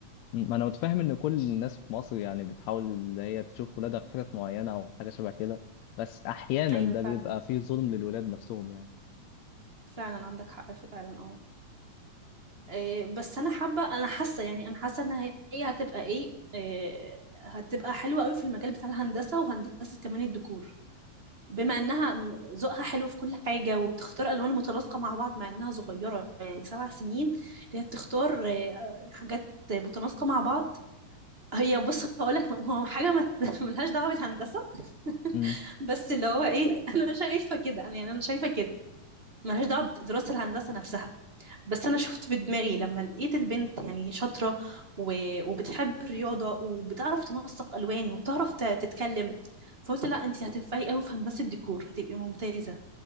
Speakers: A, on the left (about 80°); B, on the right (about 65°).
A: ما انا متفاهم ان كل الناس في مصر يعني بتحاول ان هي تشوف ولادها في حتت معينه او حاجه شبه كده بس احيانا
B: أيوه
A: ده
B: فعلا
A: بيبقى فيه ظلم للولاد نفسهم يعني
B: فعلا عندك حق فعلا اه إيه، بس انا حابه انا حاسه يعني انا حاسه ان هي هتبقى ايه إيه، هتبقى حلوه قوي في المجال بتاع الهندسه وهندسه كمان الديكور بما انها م- ذوقها حلو في كل حاجه وبتختار الوان متناسقه مع بعض مع انها صغيره يعني سبع سنين اللي هي بتختار إيه، حاجات متناسقه مع بعض هي بص هقول لك هو حاجه ما <laughs> ملهاش دعوه بالهندسه <laughs>
A: امم
B: بس اللي هو ايه <laughs> انا شايفه كده انا يعني انا شايفه كده ملهاش دعوه بدراسه الهندسه نفسها بس انا شفت في دماغي لما لقيت البنت يعني شاطره و... وبتحب الرياضه وبتعرف تنسق الوان وبتعرف ت... تتكلم فقلت لا انت هتنفعي قوي في هندسه ديكور هتبقي ممتازه